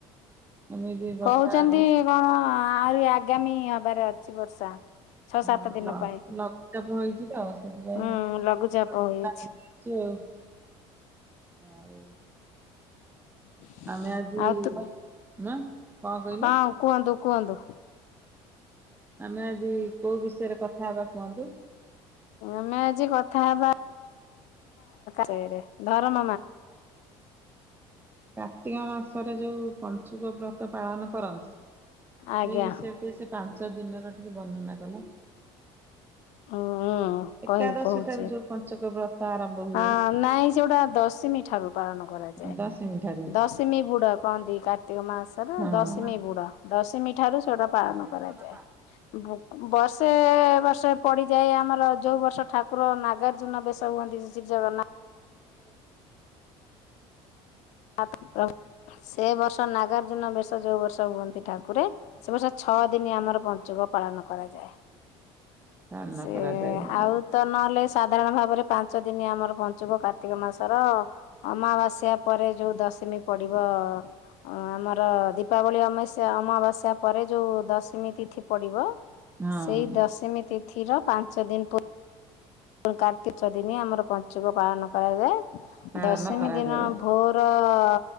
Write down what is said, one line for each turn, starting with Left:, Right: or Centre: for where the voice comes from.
Right: ଏମିତି ବର୍ଷା
Left: କହୁଛନ୍ତି
Right: ଆଜି
Left: କଣ ଆହୁରି ଆଗାମୀ ହବାରେ ଅଛି ବର୍ଷା। ଛଅ ସାତ
Right: ହଁ
Left: ଦିନ
Right: ଲଘୁଚାପ
Left: ପାଇଁ
Right: ହେଇଛି ତ ସେଥିପାଇଁ
Left: ହୁଁ ଲଘୁଚାପ ହେଇଛି।
Right: <unintelligible> ଆାଇ
Left: <inaudible>
Right: ଆମେ ଆଜି
Left: ଆଉ ତୁ
Right: ନା କଣ କହିଲେ?
Left: ହଁ କୁହନ୍ତୁ କୁହନ୍ତୁ
Right: ଆମେ ଆଜି କୋଉ ବିଷୟରେ କଥା ହବା କୁହନ୍ତୁ?
Left: ଆମେ ଆଜି କଥା ହବା ସେ ଧରମ
Right: କାର୍ତ୍ତିକ ମାସରେ ଯୋଉ ପଞ୍ଚୁକ ବ୍ରତ ତ ପାଳନ କରନ୍ତି,
Left: ଆଜ୍ଞା
Right: ସେଇ ବିଷୟ ଟିକେ ସେ ପାଞ୍ଚ ପାଞ୍ଚଦିନର ଟିକେ ବର୍ଣ୍ଣନା କଲ।
Left: ହୁଁ କହିବୁ
Right: ଏକାଦଶୀଠାରୁ
Left: କହୁଛି।
Right: ଯୋଉ ପଞ୍ଚୁକ ବ୍ରତ ଆରମ୍ଭ ହୁଏ
Left: ହଁ ନାଇଁ ସେଗୁଡା ଦଶିମୀ ଠାରୁ ପାଳନ କରାଯାଏ।
Right: ଦଶମୀ ଠାରୁ।
Left: ଦଶିମୀ ବୁଡ କହନ୍ତି, କାର୍ତ୍ତିକ ମା ମାସର
Right: ହଁ
Left: ଦଶିମୀ ବୁଡ। ଦଶିମୀ ଠାରୁ ସେଗୁଡ଼ା ପାଳନ
Right: ହଁ
Left: କରାଯାଏ।
Right: ହଁ
Left: ବୁକୁ ବର୍ଷ ର୍ଷେ ବର୍ଷେ ପଡ଼ିଯାଏ ଆମର ଯୋଉ ବର୍ଷ ଠାକୁର ନାଗାର୍ଜୁନ ବେଶ ହୁଅନ୍ତି, ସେ ଶ୍ରୀଜଗନ୍ନା
Right: ହଁ।
Left: ତାପରେ ପ୍ରଭୁ, ସେ ବର୍ଷ ନାଗାର୍ଜ୍ଜୁନ ବେଶ ଯୋଉ ବର୍ଷ ହୁଅନ୍ତି ଠାକୁ କୁରେ, ସେ ବର୍ଷ ଛଅ ଦିନି ଆମର ପଞ୍ଚୁକ ପାଳନ କରାଯାଏ।
Right: ପାଳନ
Left: ସେ
Right: କରାଯାଏ ହଁ
Left: ଆଉ ତ ନଅଲେ ସାଧାରଣ ଭାବରେ ପାଞ୍ଚ ଦିନି ଆମର ପଞ୍ଚୁକ କା କାର୍ତ୍ତିକ ମାସର ଅମାବାସ୍ୟା ପରେ ଯୋଉ ଦଶମୀ ପଡିବ, ଅ ଆମ ର ଦୀପାବଳି ଅମେଇସା ଅମାବାସ୍ୟା ପରେ ଯୋଉ ଦଶମୀ ତିଥି ପଡିବ
Right: ହଁ
Left: ସେଇ ଦଶମୀ ତି ପାଞ୍ଚଦିନ ପୁ ପୁଣି କାର୍ତ୍ତି ପାଞ୍ଚଦିନି ଆମର ପଞ୍ଚୁକ ପାଳନ କରାଯାଏ।
Right: ପାଳନ
Left: ଦଶିମୀ
Right: କରାଯାଏ
Left: ଦିନ ଭୋର ଅ